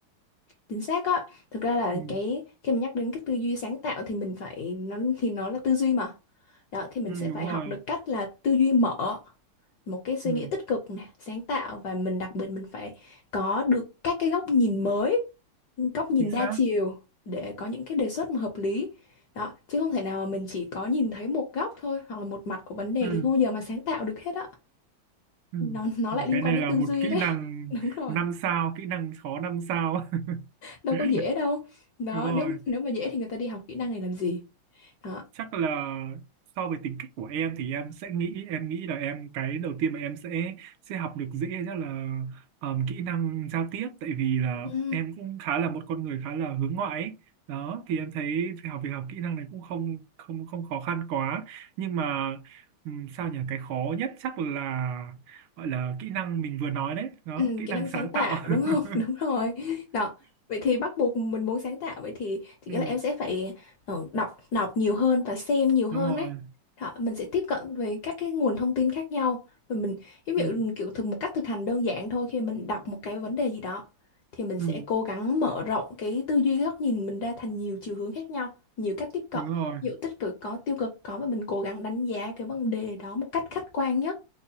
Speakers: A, on the left; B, on the right.
A: chính xác á thực ra là
B: ừ,
A: cái khi mà nhắc đến cái tư duy sáng tạo thì mình phải nó thì nó là tư duy mà đó thì mình
B: ừ
A: sẽ phải
B: đúng rồi
A: học được cách là tư duy mở một cái suy
B: ừ,
A: nghĩ tích cực nè sáng tạo và mình đặc biệt mình phải có được các cái góc nhìn mới góc nhìn
B: chính
A: đa
B: xác
A: chiều để có những cái đề xuất mà hợp lý đó chứ không thể nào mà mình chỉ có nhìn thấy một góc thôi hoặc là một mặt của vấn đề
B: ừ
A: thì không bao giờ mà sáng tạo được hết á
B: Ừ.
A: nó nó lại liên
B: Cái
A: quan
B: này
A: đến
B: là
A: tư
B: một
A: duy
B: kỹ
A: đấy
B: năng
A: <laughs> đúng rồi
B: năm sao, kỹ năng khó năm sao.
A: đâu
B: <laughs>
A: có dễ đâu đó
B: Đúng rồi.
A: nếu nếu mà dễ thì người ta đi học kỹ năng này làm gì đó
B: Chắc là so với tính cách của em thì em sẽ nghĩ em nghĩ là em cái đầu tiên mà em sẽ sẽ học được dễ chắc là ờm, kỹ năng giao tiếp tại vì là
A: ừ
B: em cũng khá là một con người khá là hướng ngoại ấy. Đó thì em thấy việc học việc học kỹ năng này cũng không không không khó khăn quá nhưng mà ừm, sao nhỉ cái khó nhất chắc là gọi là kỹ năng mình vừa nói đấy đó
A: Ừ,
B: kỹ
A: kỹ
B: năng
A: năng
B: sáng
A: sáng tạo
B: tạo
A: đúng
B: <laughs>
A: không? <laughs> Đúng rồi. Đó. Vậy thì bắt buộc mình muốn sáng tạo vậy thì thì
B: ừ
A: nghĩa là em sẽ phải ờ, đọc đọc nhiều hơn và xem nhiều hơn
B: đúng rồi
A: ấy. Đó, mình sẽ tiếp cận với các cái nguồn thông tin khác nhau và mình giống như
B: ừ
A: kiểu thực một cách thực hành đơn giản thôi khi mình đọc một cái vấn đề gì đó thì mình sẽ
B: ừ
A: cố gắng mở rộng cái tư duy cái góc nhìn mình ra thành nhiều chiều hướng khác nhau, nhiều cách tiếp cận,
B: đúng rồi
A: ví dụ tích cực có, tiêu cực có và mình cố gắng đánh giá cái vấn đề đó một cách khách quan nhất